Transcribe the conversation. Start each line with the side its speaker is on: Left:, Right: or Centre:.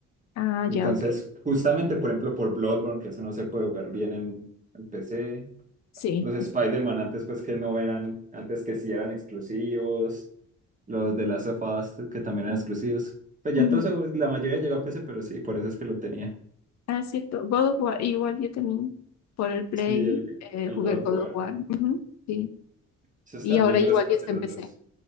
Left: Ah,
Right: Entonces,
Left: ya, ok.
Right: justamente, por ejemplo, por Bloodborne, que eso no se puede jugar bien en, en PC.
Left: Sí.
Right: Los Spider-Man
Left: es-
Right: antes, pues que no eran, antes que sí eran exclusivos. Los de Last of Us, que también eran exclusivos. Pues
Left: Ujú.
Right: ya todo eso, la mayoría llegó a PC, pero sí, por eso es que lo tenía.
Left: Ah, es cierto. God of War, igual yo también por el Play
Right: Sí, el,
Left: eh,
Right: el
Left: jugué
Right: God
Left: God
Right: of War.
Left: of War. Ujú, Sí.
Right: Esos
Left: Y
Right: también
Left: ahora
Right: me
Left: igual
Right: los pasé
Left: yo está
Right: los
Left: en PC.
Right: dos.